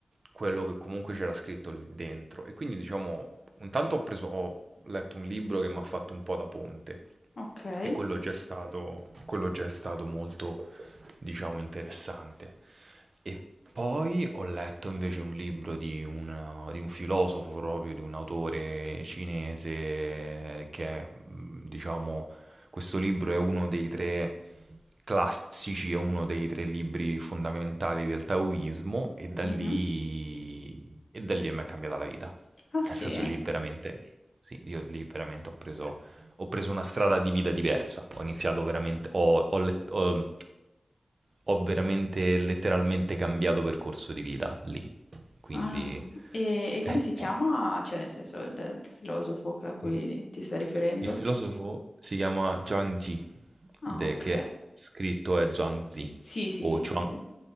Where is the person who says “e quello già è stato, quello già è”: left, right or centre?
Right